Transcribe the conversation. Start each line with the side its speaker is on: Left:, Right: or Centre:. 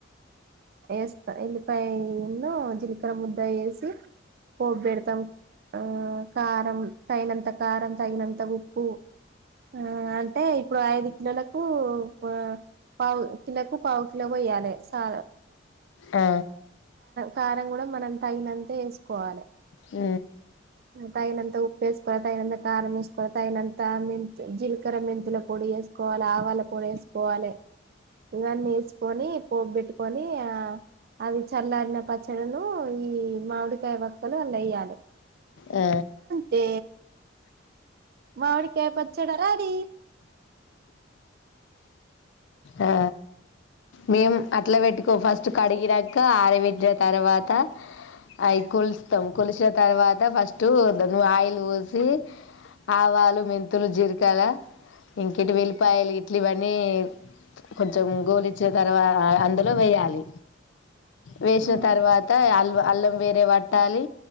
Right: వేస్తా ఎల్లిపాయన్నో జిలకర్ర ముద్ద వేసి పోబ్ పెడతాం ఆ కారం తగినంత కారం తగినంత ఉప్పు ఆ అంటే ఇప్పుడు ఐదు కిలోలకు పో పావు కిలోకు పావు కిలో పోయ్యాల సా
Left: ఆ
Right: కారం కూడా మనం తగినంతే వేసుకోవాలి
Left: ఊ
Right: తాగినంత ఉప్పు వేసుకోవాలి తగినంత కారం వేసుకోవాలి తగినంత మెంత జీల్కర మెంతుల పొడి వేసు కోవాలి ఆవాల పొడి వేసుకోవాలి ఇవన్నీ వేసుకొని పొబ్ పెట్టుకొని ఆ అవి చల్లారిన పచ్చడిను ఈ మామిడికాయ వక్కలు ఆళ్లో వేయ్యాలి
Left: ఆ
Right: తే మామిడి కాయ పచ్చడి రడి
Left: ఆ మేము అట్లా పెట్టుకోం ఫస్ట్ కడిగినంక ఆర పెట్టిన తర్వాత అవి కొలుస్తాం కొలిసిన తర్వాత ఫస్ట్ ఆయిల్ పోసి ఆవాలు, మెంతులు, జీలకర్ర, ఇంక వెల్లిపాయలు గిట్లు ఇవన్నీ కొంచెం గోలిచ్చిన తర్వాత అందులో వేయాలి వేసిన
Right: ఆ
Left: తర్వాత అల్ అల్లం వేరే పట్టాలి